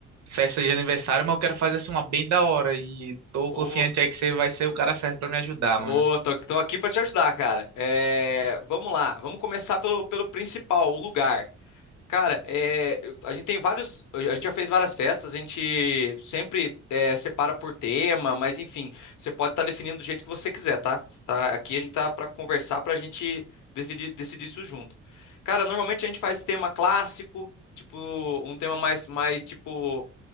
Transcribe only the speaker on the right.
festas de aniversário, mas eu quero fazer assim uma bem da hora. E tô
confiante aí que você vai ser o cara certo pra me ajudar,
mano.